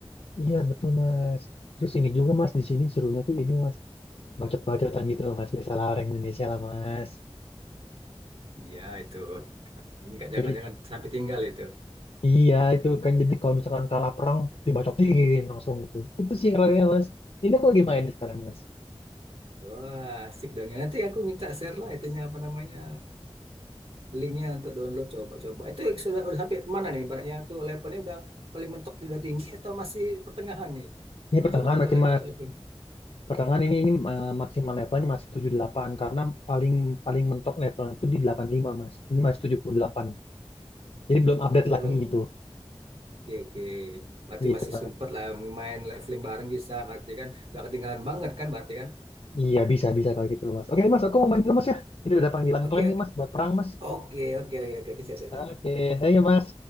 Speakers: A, on the left (about 60°); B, on the right (about 65°).
A: Iya betul mas. Terus ini juga mas di sini serunya tuh ini mas. bacot-bacotan gitu loh mas biasalah orang Indonesia lah mas
B: Iya itu. Nggak jangan-jangan
A: jadi
B: sampai tinggal itu.
A: iya itu kan jadi kalau misalkan kalah perang dibacotin langsung gitu itu sih yang mas ini aku lagi main sekarang nih, mas
B: Wah, asik dong. Ya, Nanti aku minta share lah itunya apa namanya linknya untuk download coba-coba. Itu sudah udah sampai mana nih? Ibaratnya tuh levelnya udah paling mentok udah tinggi atau masih pertengahan nih
A: ini
B: untuk
A: pertengahan
B: untuk
A: masih
B: le-
A: ma-
B: untuk leveling?
A: pertengahan ini ini eh, maksimal levelnya masih tujuh puluh delapan karena paling paling mentok levelnya itu di 85 mas ini masih tujuh puluh delapan jadi belum
B: Oh,
A: update
B: berarti
A: lagi
B: belum.
A: gitu
B: Oke oke, berarti
A: gitu
B: masih
A: mas
B: sempet lah main leveling bareng bisa, berarti kan nggak ketinggalan banget kan, berarti kan?
A: iya bisa bisa kalau gitu mas oke mas aku mau main dulu mas ya ini udah panggilan
B: Oke
A: klien nih
B: oke
A: mas buat perang mas
B: oke oke oke oke siap siap siap.
A: oke ayo mas